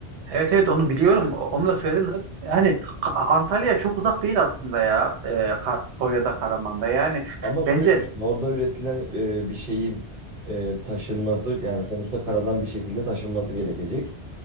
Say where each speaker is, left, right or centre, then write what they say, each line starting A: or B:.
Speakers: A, on the right; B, on the right.
A: Evet evet onu biliyorum. O- Onu da söyledim zaten. Yani Ka- Antalya çok uzak değil aslında ya. Ee, Ka- Konya'da, Karaman'da. Yani
B: Ama şöyle
A: bence
B: düşün. Orada üretilen e, bir şeyin e, taşınması yani sonuçta karadan bir şekilde taşınması gerekecek.